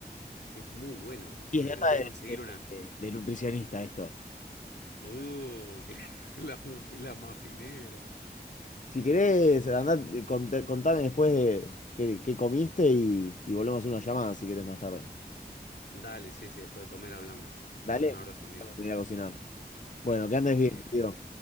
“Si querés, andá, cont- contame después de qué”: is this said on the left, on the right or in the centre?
Left